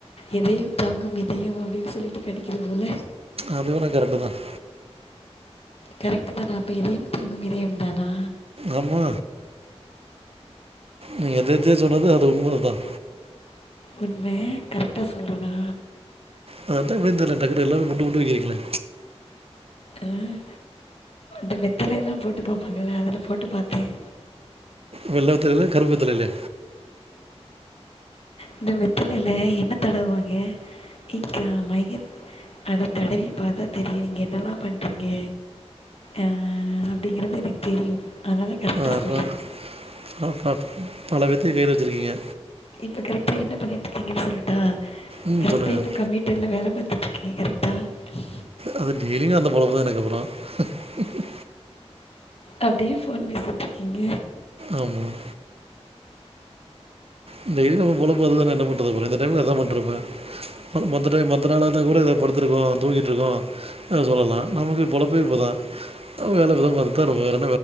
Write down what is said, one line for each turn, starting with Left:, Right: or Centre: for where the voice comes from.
Left: எதையும் தாங்கும் இ தயம் அப்படின்னு சொல்லிட்டு கடிக்குது போல
Right: அது வேணாம் கரெக்ட் தான்
Left: கரெக்ட் தானா அப்ப எதையும் தாங்கும் இதயம் தானா
Right: ஆமா நீங்க எததியோ சொன்னது அது உண்மை ப்ப <unintelligible>
Left: உண்ம கரெக்ட் ட்ட சொல்றேண்ணா
Right: அதான் எப்படினு தெரில டக்கு டக்கு எல்லாமே புட்டு புட்டு வக்கிறீங்களே
Left: அஹ அ வெத்தல எல்லாம் போட்டு பார்ப்பாங்கள அதுல போட்டு பார்த்தேன்
Right: வெல்ல வெத்தலலைலா கருப்பு வெத்தலைலா
Left: இந்த வெத்தலையில என்ன தடவுவாங்க இன்கா மை அதை தடவி பார்த்தா தெரியும் நீங்கள் என்னெலாம் பண்ணுறீங்க அஹ் அப்படிங்கறது தெரியும் அதனால் கரெக்டாக
Right: ஆக
Left: சொல்கிறேன்
Right: ன் பலவித் த கையில வச்சுருக்கீங்க
Left: இப்போ கெக்டாக என்ன பண்ணிட்டு இருக்கீங்கன்ன சொல்லட்டா
Right: ம்
Left: கரெக்டா
Right: சொல்லுங்கள்
Left: இப்ப கம்ப்யூட்டர்ல வேலை பாத் பத்தக்கீ கறிிட்டல் <unintelligible>
Right: அது டெய்லிங்க அந்த பொலம தா எனக்கு அப்புற உ <unintelligible>
Left: அப்பிடியே ஃபோன் பேசட்டுருக்கீங்க
Right: ஆமாம் இந்தடயலி நம போடபதுதா என்ன பண்றது <unintelligible> தெனமு அதா பண்றம <unintelligible> மத்த டை மத்த நாள தா கூட இதபடுத் இருக்கும் தூங்கிட்டு இருக்கோ சொல்லலா நமக்கு பொலப்பே இப்பதா வேலைக்கு ப